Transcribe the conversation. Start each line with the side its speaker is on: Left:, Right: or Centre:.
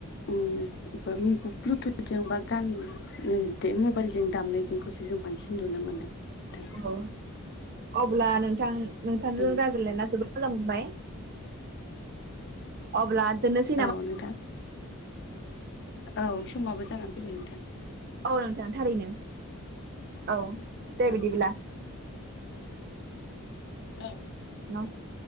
Left: औ रुमखौ ब्लुथुथजोंबा गान बे मबाइलजों दामनायजोंखौसो जों बांसिन नुनो मोनो दा।
Right: औ अब्ला नोंथां नोंथांजों
Left: औ
Right: रायज्लायना जोबोद मोजां मोनबाय। अब्ला दोननोसै।
Left: औ नोंथां औ समाबो जानानै फैबाय नोंथां।
Right: औ नोंथां थारैनो। औ दे
Left: औ।
Right: बिदिब्ला।
Left: औ
Right: <inaudible>